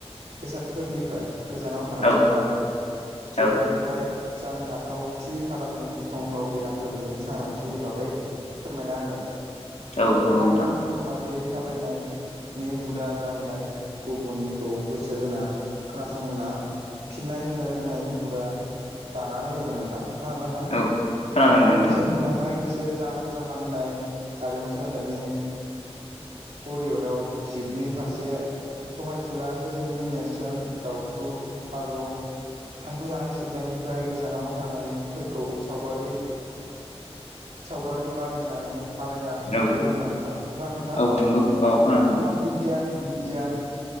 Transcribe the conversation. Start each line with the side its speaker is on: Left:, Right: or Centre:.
Right: बेसादफोरनिफ्राय गोजानाव थानांगोन
Left: औ
Right: आरो बेफोरनिफ्राय
Left: औ
Right: जानो हाथाव थि खालामनो गिख्रंथाव बेरामफोरनि सांग्रांथि बागै फोरमायना होगोन।
Left: औ नंगौ
Right: लामायाव
Left: नोंथां
Right: नेम बादियै थाबायनायनि हुदा जाहोनाय गुबुननिखौ गोसो होना खोनासंना फिननाय होनो रोंनायनि हुदा दानानै होगोन नोंथां। खोनादों ना नोंथां?
Left: औ खोनादों नोंथां
Right: बेसेन मोनदांनाय गोसो जाखां होननाय आरिमु सोलोंथाइनि परिवदआव जिबनि फारसे सहायसुला गोजोननि नेरसोन दउथु, फारौ थांखु जानाय सोबनायनिफ्राय गोजानाव थानायफोरखौ सावगारि सावगारि बानायनानै आलायना
Left: औ
Right: दोननांगोन नोंथां। खोनादो नोंथां?
Left: औ नंगौ औ खोनादों
Right: समाज
Left: नोंथां
Right: बिगियान बिगियान